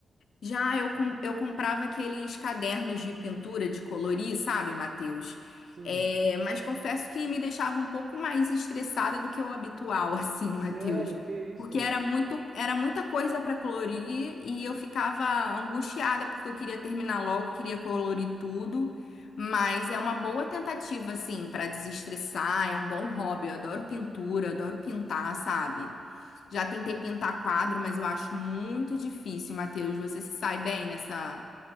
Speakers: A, on the left; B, on the right.
A: Já eu, com- eu comprava aqueles cadernos de pintura, de colorir, sabe, Matheus?
B: Sim.
A: É, mas confesso que me deixava um pouco mais estressada do que o habitual, <laughs> assim, Matheus.
B: Sério, que isso?
A: Porque era muito, era muita coisa para colorir e eu ficava angustiada porque eu queria terminar logo, queria colorir tudo. Mas é uma boa tentativa, assim, para desestressar, é um bom hobby. Eu adoro pintura, adoro pintar, sabe? Já tentei pintar quadro, mas eu acho muito difícil, Matheus. Você se sai bem nessa,